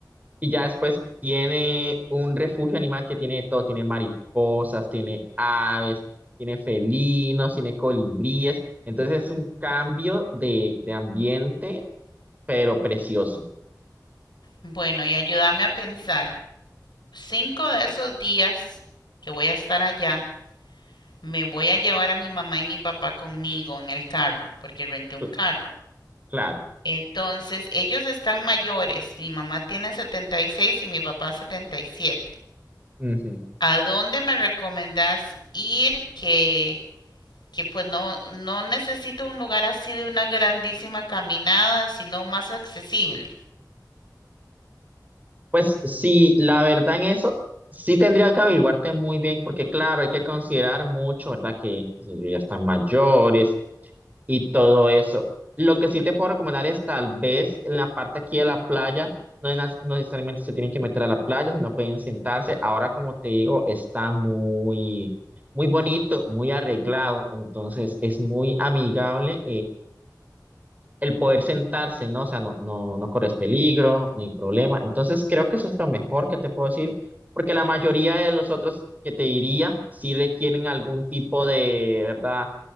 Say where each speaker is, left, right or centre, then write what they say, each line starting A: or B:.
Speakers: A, on the right; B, on the left.
A: y ya después tiene un refugio animal que tiene de todo, tiene mariposas, tiene aves, tiene felinos, tiene colibríes, entonces es un cambio de, de ambiente pero precioso.
B: Bueno, y ayúdame a pensar. Cinco de esos días que voy a estar allá, me voy a llevar a mi mamá y mi papá conmigo en el carro, porque renté un
A: Cl-
B: carro.
A: Claro.
B: Entonces, ellos están mayores. Mi mamá tiene setenta y seis y mi papá 77.
A: Ujú.
B: ¿A dónde me recomendás ir que que pues no, no necesito un lugar así de una grandísima caminada, sino más accesible.
A: Pues sí, la verdad en eso sí tendría que averiguarte muy bien, porque claro, hay que considerar mucho, ¿verdad? Que qué sé yo, ya están mayores y todo eso. Lo que sí te puedo recomendar es tal vez en la parte aquí de la playa, no, es nas- no necesariamente se tienen que meter a la playa, sino pueden sentarse. Ahora, como te digo, está muy, muy bonito, muy arreglado, entonces es muy amigable el poder sentarse, ¿no? O sea, no, no, no corres peligro, ni problema. Entonces, creo que eso es lo mejor que te puedo decir, porque la mayoría de los otros que te diría sí requieren algún tipo de, ¿verdad?